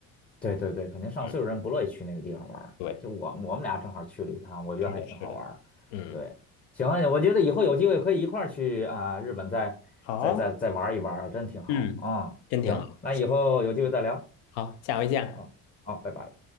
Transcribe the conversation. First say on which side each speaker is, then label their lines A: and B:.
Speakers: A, on the left (about 20°); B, on the left (about 65°).
A: 对对对，肯定上岁数人不乐意去那个地方玩儿。
B: 嗯，对，
A: 就我我们俩正好去了一趟，我觉得还挺好玩儿。
B: 是的，是的，嗯，
A: 对，行，我觉得以后有机会可以一块儿去啊，日本再再再再玩一玩儿真挺好啊。
B: 好，嗯，真挺好。
A: 行，那以后有机会再聊。
B: 行，好，下回见。
A: 好，好，拜拜。